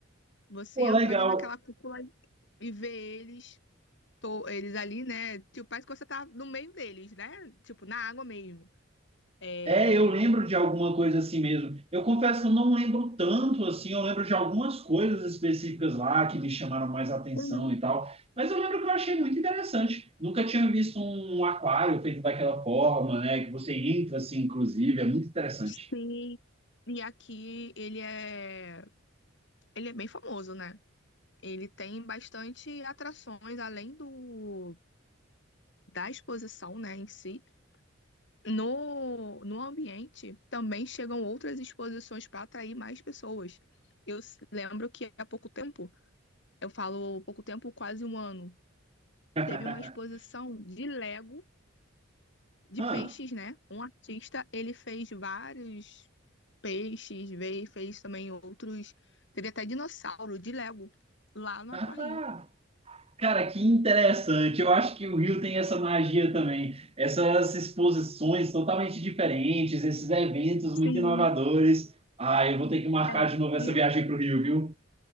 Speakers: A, on the left (about 60°); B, on the right (about 30°).
A: Você
B: Pô,
A: entra
B: legal.
A: ali naquela cúpula e e vê eles, to- eles ali, né? Tipo, parece que você tá no meio deles, né? Tipo, na água mesmo. É...
B: É, eu lembro de alguma coisa assim mesmo. Eu confesso que eu não lembro tanto assim, eu lembro de algumas coisas específicas lá que me chamaram mais atenção
A: Uhum.
B: e tal. Mas eu lembro que eu achei muito interessante. Nunca tinha visto um aquário feito daquela forma, né? Que você entra assim, inclusive, é muito interessante.
A: Sim, e aqui ele é. Ele é bem famoso, né? Ele tem bastante atrações além do da exposição, né, em si. No, no ambiente também chegam outras exposições para atrair mais pessoas. Eu s- lembro que há pouco tempo, eu falo pouco tempo, quase um ano,
B: <laughs>
A: teve uma exposição de Lego de
B: Ah,
A: peixes, né? Um artista, ele fez vários peixes, veio, fez também outros, teve até dinossauro de Lego lá no
B: <laughs>
A: Aquário.
B: Cara, que interessante. Eu acho que o Rio tem essa magia também. Essas exposições totalmente diferentes, esses eventos
A: Sim.
B: muito inovadores. Ah, eu vou ter que marcar
A: É,
B: de novo
A: isso.
B: essa viagem para o Rio, viu?